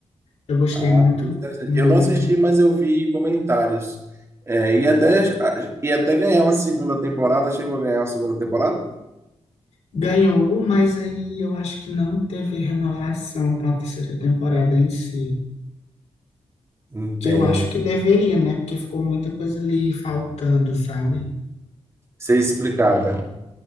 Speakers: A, on the left (about 80°); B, on the right (about 25°).
A: Eu gostei
B: Ah,
A: muito,
B: muito interessante.
A: muito.
B: Eu não assisti, mas eu vi comentários. É, e até, e até ganhar uma segunda temporada, chegou a ganhar uma segunda temporada?
A: Ganhou, mas aí eu acho que não teve renovação para a terceira temporada em si.
B: Entendo.
A: Que eu acho que deveria, né? Porque ficou muita coisa ali faltando, sabe?
B: Ser explicada.